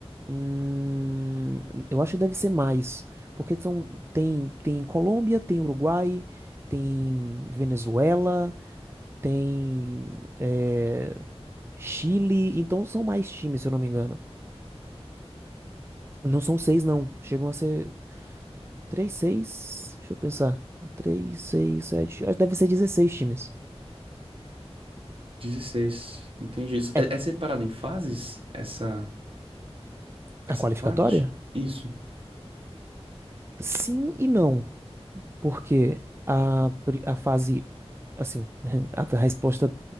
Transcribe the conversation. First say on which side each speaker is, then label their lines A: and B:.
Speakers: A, on the right; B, on the right.
A: hum, eu acho que deve ser mais. Porque são, tem, tem Colômbia, tem Uruguai, tem Venezuela, tem é, Chile. Então são mais times, se eu não me engano. Não são seis, não. Chegam a ser. três 6 Deixa eu pensar. três 6 7 Acho que deve ser 16 times.
B: Dezesseis. entendi isso.
A: É
B: É, é separado em fases essa,
A: a
B: essa
A: qualificatória?
B: parte? Isso,
A: Sim e não. Porque a, pri- a fase. Assim, <laughs> a resposta